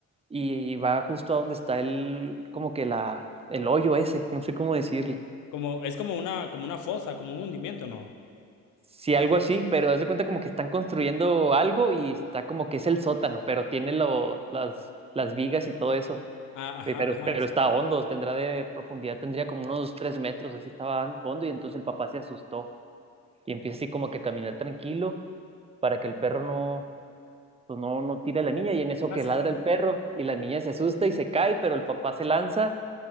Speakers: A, on the right (about 20°); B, on the left (about 80°).
A: y va justo a donde está el, como que la, el hoyo ese, no sé cómo decirle.
B: Como, es como una, como una fosa, como un hundimiento, ¿no?
A: Sí, algo así, pero haz de cuenta como que están construyendo algo y está como que es el sótano, pero tiene lo- las, las vigas y todo eso.
B: Ah, ajá,
A: Eh, Pero,
B: ajá.
A: pero
B: sí.
A: está hondo, tendrá de profundidad, tendría como unos tres metros, así estaba hondo y entonces el papá se asustó y empieza así como que a caminar tranquilo para que el perro no, pues no, no tire a la niña y en eso
B: Ajá,
A: que ladra
B: sí, sí.
A: el perro y la niña se asusta y se cae, pero el papá se lanza